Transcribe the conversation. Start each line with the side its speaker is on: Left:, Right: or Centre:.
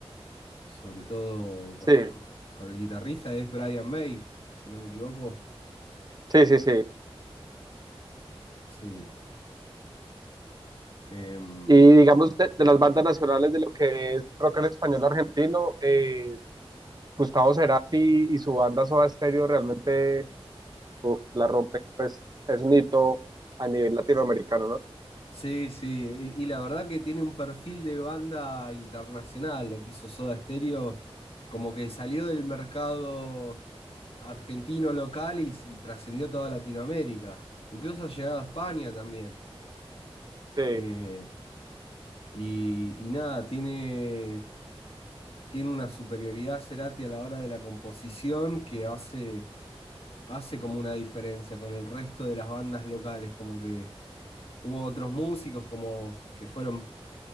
Left: sobre todo con,
Right: sí,
Left: el- co- con el guitarrista, es Brian May, si no me equivoco.
Right: sí, sí, sí.
Left: Sí. Em,
Right: Y digamos, de, de las bandas nacionales de lo que es rock en español argentino, eh, Gustavo Cerati y su banda Soda Stereo realmente uf, la rompe, pues es un hito a nivel latinoamericano, ¿no?
Left: sí, sí, y y la verdad que tiene un perfil de banda internacional, lo que hizo Soda Stereo, como que salió del mercado argentino local y, y trascendió toda Latinoamérica, incluso ha llegado a España también.
Right: Sí,
Left: Eh, y, y nada, tiene, tiene una superioridad Cerati a la hora de la composición que hace hace como una diferencia con el resto de las bandas locales, como que hubo otros músicos como que fueron